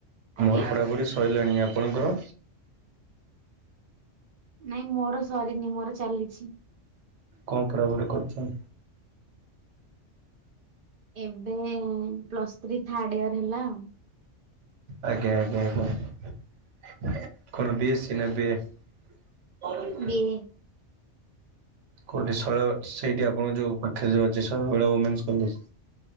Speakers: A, on the right; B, on the right.
A: ଆଜ୍ଞା
B: ମୋର ପଢାପଢି ସ୍ ସଇଲାଣି ଆପଣଙ୍କର।
A: ନାଇଁ ମୋର ସରିନି ମୋର ଚାଲିଛି।
B: କଣ ପଢାପଢି କରୁଛନ୍ତି?
A: ଏବେ ପ୍ଲସ୍ ଥ୍ରୀ ଥାର୍ଡ ଇୟର ହେଲା ଆଉ।
B: ଆଜ୍ଞା ଆଜ୍ଞା ଆଞା। କଣ ବିଏସି ନା ବି ଏ? <inaudible>
A: ବି ଏ
B: କୋଉଠି ଶୈଳ ସେଇଠି ଆପଣଙ୍କ ଯୋଉ ପାଖରେ ଯୋଉ ଅଛି ଶୈଳବାଳା ଓମେନ୍ସ କଲେଜ।